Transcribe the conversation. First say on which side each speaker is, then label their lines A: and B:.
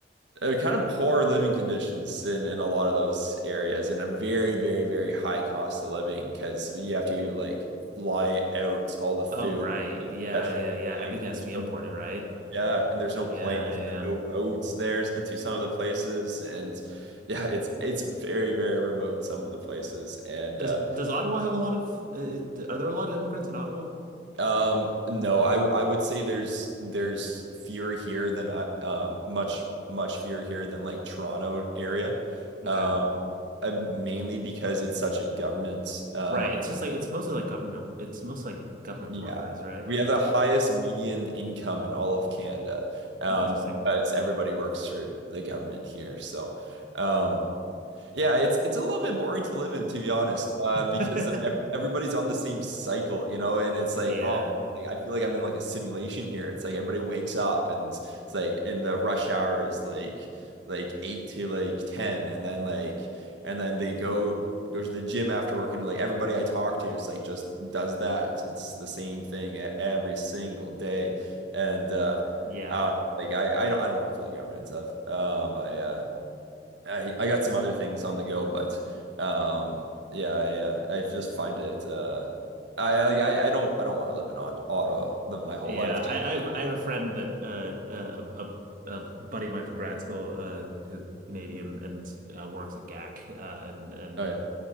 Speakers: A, on the right (about 80°); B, on the right (about 50°).
A: uh, kind of poor living conditions in in a lot of those areas and a very very very high cost of living because you have to like fly out all the food
B: Oh, right.
A: especially
B: Yeah, yeah, yeah. Everything
A: planes.
B: has
A: there's
B: to be imported,
A: no
B: right?
A: yeah and there's no plane
B: Yeah, yeah,
A: there's
B: yeah.
A: no roads there into some of the places and yeah it's it's very very remote some of the places and
B: Does
A: uh
B: does Ottawa have a lot of uh, uh, are there a lot of immigrants in Ottawa?
A: Um, no, I w- I would say there's there's fewer here than I- um much much fewer here than like Toronto area,
B: Okay.
A: um uh, mainly because it's such a government um
B: Right. It's just like it's mostly like government it's mostly like government
A: yeah
B: workers, right?
A: we have the highest median income in all of Canada um
B: Oh, interesting.
A: because everybody works for the government here so um yeah, it's it's a little bit boring to live in, to be honest, uh,
B: <laughs>
A: because of ev- everybody's on the same cycle, you know, and it's like,
B: Yeah,
A: oh, like I feel like I'm in like a simulation here. It's like everybody wakes up and it's like and the rush hour is like like eight to like ten, and then like and then they go go to the gym after work, and like everybody I talk to is like just does that. It's the same thing e- every single day, and uh,
B: yeah,
A: I don't, like I I don't I don't work for the government and stuff. Um, I uh, I I got some other things on the go, but um yeah, I uh, I just find it uh I like I, I don't I don't want to live in Ot- Ottawa the, my whole
B: yeah.
A: life. Just-
B: I, I have
A: just-
B: I have a friend that uh, uh a, a, a buddy of mine from grad school uh who's Canadian and uh, works at GAC uh, and and
A: oh yeah.